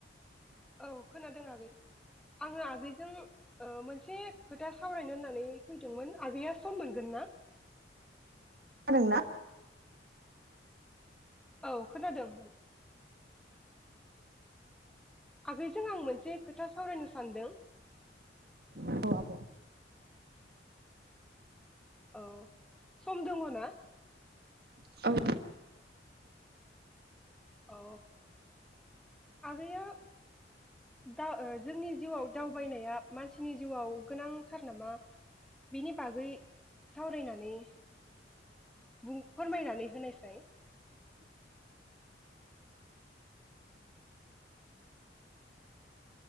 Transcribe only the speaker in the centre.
औ खोनादों आगै आङो आगैजों ओ मोनसे खोथा सावरायनो होननानै फैदोंमोन आगैया सम मोनगोन ना?
औ खोनादों। आगैजों आं मोनसे खोथा सावरायनो सानदों।
औ सम दोङना?
औ आगैया दा ओ जोंनि जिउआव दावबायनाया मानसिनि जिउआव गोनांथार नामा बिनि बागै सावरायनानै बुं फोरमायनानै होनायसाय।